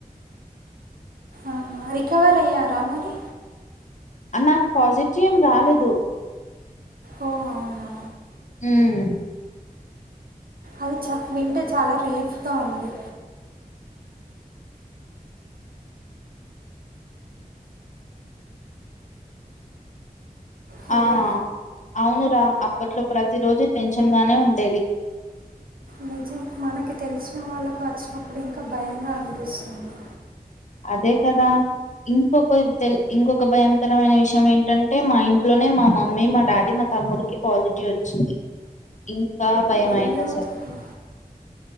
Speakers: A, on the right (about 70°); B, on the left (about 50°).
A: అవునా రికవర్ అయ్యారా మరి
B: నాకు పాజిటివ్ ఏం రాలేదు
A: ఓ అవునా
B: ఉమ్
A: అది చ వింటే చాలా రిలీఫ్గా ఉంది హలో
B: ఆ అవునురా అప్పట్లో ప్రతిరోజు టెన్షన్ గానే ఉండేది
A: నిజం మనకి తెలిసిన వాళ్ళకు వచ్చినప్పుడు ఇంకా భయంగా అనిపిస్తుంది
B: అదే కదా ఇంకొక తెల్ ఇంకొక భయంకరమైన విషయం ఏంటంటే మా ఇంట్లోనే మా మమ్మీ మా డాడీ మా తమ్ముడికి పాజిటివ్ వచ్చింది ఇంకా భయం
A: అయ్యో
B: అయింది అసలు
A: దేవుడా,